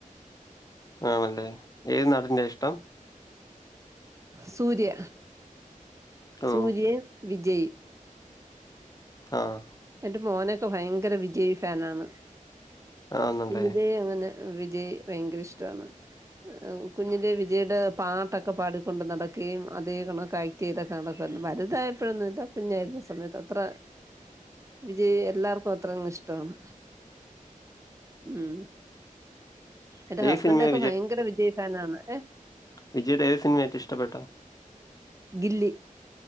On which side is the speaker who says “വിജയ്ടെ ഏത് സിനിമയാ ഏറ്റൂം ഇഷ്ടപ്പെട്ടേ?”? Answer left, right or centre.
Left